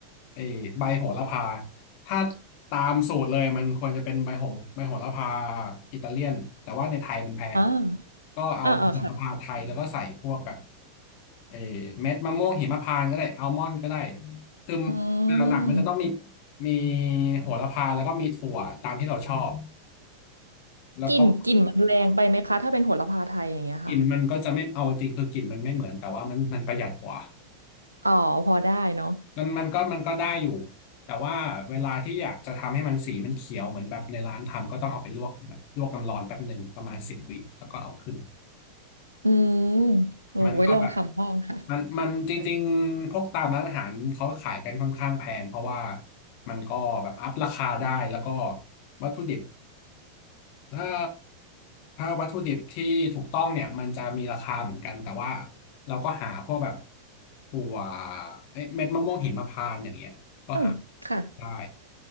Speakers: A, on the left (about 45°); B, on the right (about 85°).
A: ไอ้ใบโหระพาถ้าตามสูตรเลยมันควรจะเป็นใบโหใบโหระพาอิตาเลียนแต่ว่าในไทยมันแพง
B: อ่าอ่าอ่าค่ะ
A: ก็เอาใบโหระพาไทยแล้วก็ใส่พวกแบบไอ้เม็ดมะม่วงหิมพานต์ก็ได้อัลมอนด์ก็ได้คือ
B: อืม
A: หลักๆมันจะต้องมีมีโหระพาแล้วก็มีถั่วตามที่เราชอบแล้วก็
B: กลิ่นกลิ่นมันแรงไปไหมคะถ้าเป็นโหระพาไทยอย่างเงี้ยค่ะ
A: กลิ่นมันก็จะไม่เอาจริงคือกลิ่นมันไม่เหมือนแต่ว่ามันมันประหยัดกว่า
B: อ๋อพอได้เนาะ
A: มันมันก็มันก็ได้อยู่แต่ว่าเวลาที่อยากจะทำให้มันสีมันเขียวเหมือนแบบในร้านทำก็ต้องเอาไปลวกลวกน้ำร้อนแป๊บหนึ่งประมาณสิบวิแล้วก็เอาขึ้น
B: อืมโอ้ไว้ลองทำบ้างค่ะ
A: มันก็แบบมันมันจริงๆพวกตามร้านอาหารเขาขายกันค่อนข้างแพงเพราะว่ามันก็แบบอัพราคาได้แล้วก็วัตถุดิบถ้าถ้าวัตถุดิบที่ถูกต้องเนี่ยมันจะมีราคาเหมือนกันแต่ว่าเราก็หาพวกแบบถั่วเอ้ยเม็ดมะม่วงหิมพานต์อย่างเงี้ยก็หา
B: อืมค่ะ
A: ได้